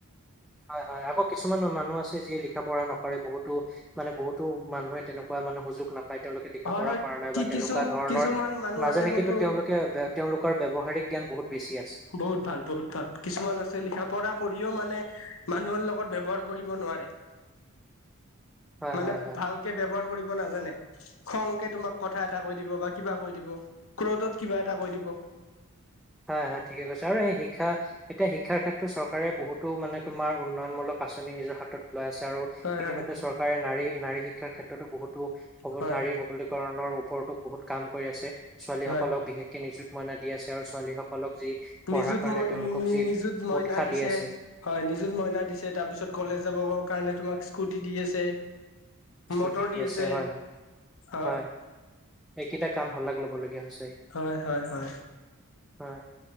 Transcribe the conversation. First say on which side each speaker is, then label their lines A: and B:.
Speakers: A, in the centre; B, on the left.
A: হয়', হয়', আক' কিছুমান মানুহ আছে যিয়ে লিখা-পঢ়া নকৰে, বহুতো মানে বহুতো মানুহে তেনেকুৱা মানে সুযোগ নাপ পায় বা তেওঁলোকে লিখা
B: হয়
A: পঢ়া
B: হয়
A: কৰা নাই
B: কি
A: বা তেনেকুৱা
B: কিছু
A: ধৰণৰ
B: কিছুমান মানুহ
A: নাজানে
B: আছে কোনটো
A: কিন্তু তেওঁলোকে তেওঁলোকৰ ব্যৱহাৰিক জ্ঞান বহুত বেছি আছে।
B: বহুত ভাল বহুত ভাল কিছুমান আছে, লিখা-পঢ়া কৰিও মানে মানুহৰ লগত ব্যৱহাৰ কৰিব নোৱাৰে।
A: হয়,
B: মানে
A: হয়, হয়।
B: ভালকে ব্যৱহাৰ কৰিব নাজানে। খংকে তোমাক কথা এটা কৈ দিব বা কিবা কৈ দিব, ক্ৰদত কিবা এটা কৈ দিব।
A: হয়', হয়', ঠিকে কৈছে আৰু এই শিক্ষা এতিয়া শিক্ষাৰ ক্ষেত্ৰত চৰকাৰে বহুতো মানে তোমাৰ, উন্নয়নমূলক আঁচনি নিজৰ হাতত লৈ আছে আৰু
B: হয়
A: ইতিমধ্যে
B: হয়
A: চৰকাৰে নাৰী, নাৰী শিক্ষাৰ ক্ষেত্ৰতো বহুতো সবল
B: হয়
A: নাৰী সব কৰণৰ ওপৰতো বহুত কাম কৰি আছে ছোৱালী
B: হয়
A: সকলক বিশেষকে নিযুত মইনা দি আছে আৰু ছোৱালীসকল সকলক যি পঢ়াৰ
B: নিজুত
A: কাৰণে
B: ম
A: তেওঁলোকক যি
B: নিজুত মইনা
A: উৎসাহ
B: দিছে
A: দি আছে।
B: হয় নিজুত মইনা দিছে তাৰপিছত কলেজ যাব কাৰণে তোমাক স্কুটি দি আছে।
A: স্কুটি
B: মটৰ দি আছে।
A: হয়, হয়।
B: আ
A: হয় এইকেইটা কাম শলাগ ল'বলগগীয়া হৈছে।
B: হয় হয় হয়।
A: হয়,